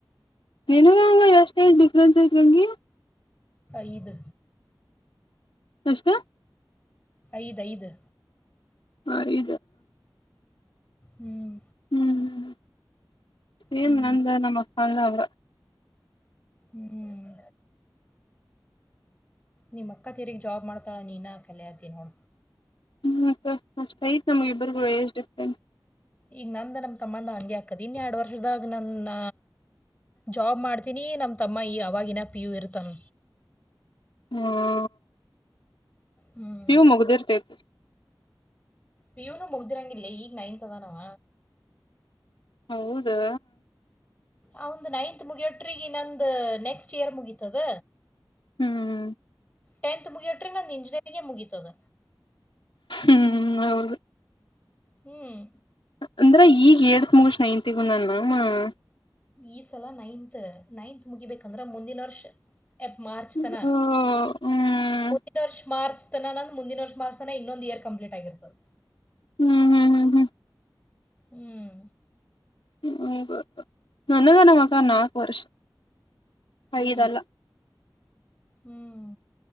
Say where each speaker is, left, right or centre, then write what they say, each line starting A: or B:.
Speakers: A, on the left; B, on the left.
A: ನೀನು ಎಷ್ಟು ಎಷ್ಟು ಡಿಫ್ರೆನ್ಸ್ ಇಂಗಗೆ
B: ಐದು
A: ಎಷ್ಟತೆ
B: ಐದ ಐದು
A: ಹಾ ಇ
B: ಹ್ಮ್
A: ಹ್ಮ್ ಏನ್
B: ಹ್ಞೂ
A: ನಂದ ನಮ್ಮಕ್ಕಲ್ಲ ಅವ್ರ
B: ಹ್ಮ್ ನಿಮ್ ಅಕ್ಕ ತೆರಿಗ್ ಜಾಬ್ ಮಾಡ್ತಾಳ ನೀನ ಕಲಯ್ತೀ ನೋ
A: ಹ್ಞ ಅಷ್ಟು ಐ್ತ ನಮ್ಗೆ ಇಬ್ಬರುಗಳು ಏಜ್ ಡಿಫ್ರೆಂಟ್
B: ಈಗ ನಂದ ನಮ್ಮ ತಮ್ಮಂದ ಹಂಗೆ ಆಾಕದ ಇನ್ನೆರಡು ವರ್ಷದಾಗ ನನ್ನ ಜಾಬ್ ಮಾಡ್ತೀನಿ ನಮ್ಮ ತಮ್ಮ ಈ ಅವವಾಗಿನ ಪಿ ಯು ಇರ್ತಾನ
A: ಹ್ಮ್
B: ಹ್ಮ್
A: ನೀವು ಮುಗ್ದಿರ್ತೈತಿ
B: ಪೂನು ಮುಗ್ದಿರಂಗಿಲ್ಲ ಈಗ ನೈನ್ತ್ ಅದಾನವ
A: ಹೌದಾ
B: ಅವಂದ್ ನೈನ್ತ್ ಮುಗಿಯೋಟ್ರಿಗ ನಂದು ನೆಕ್ಸ್ಟ್ ಇಯರ್ ಮುಗೀತದ
A: ಹ್ಮ್
B: ಟೆಂತ್ ಮುಗಿಯೋ್ರಿ ನನ್ನ ಇಂಜಿಯರಿಂಗಗೆ ಮುಗಿತತದ
A: ಹ್ಮ್ ಹೌದು
B: ಹ್ಮ್
A: ಅಂದ್ರ ಈಗ ಏಟತ್ ಮುಗಷ ನೈನತಿಗಂದನ್ ಬಂಧನ ಅವ್ವ
B: ಈ ಸಲ ನೈನ್ತ್ ನೈನ್ತ್ ಮುಗಿಬೇಕಂದ್ರೆ ಮುಂದಿನ ವರ್ಷ ಎಬ್ ಮಾರ್ಚತನ
A: ಹ್ಮ್ ಹ್ಮ್
B: ಮುಂದಿನ ವರ್ಷ ಮಾರ್ಚ್ ತನ ನಂದ ಮುಂದಿನ ವರ್ಷ ಮಾರ್ಚ್ ತನ ಇನ್ನೊಂದು ಇಯರ್ ಕಂಪ್ಲೀಟ್ಗಿರ್ತದೆ
A: ಹ್ಮ್ ಹ್ಮ್ ಹ್ಮ್ ಹ್ಮ್
B: ಹ್ಮ್
A: ಹ ನನಗ ನಮ್ಮ ಅಕ್ಕಾಗ ನಾಲ್ಕು ವರ್ಷ
B: ಹ್ಮ್
A: ಐದ ಅಲ್ಲ
B: ಹ್ಮ್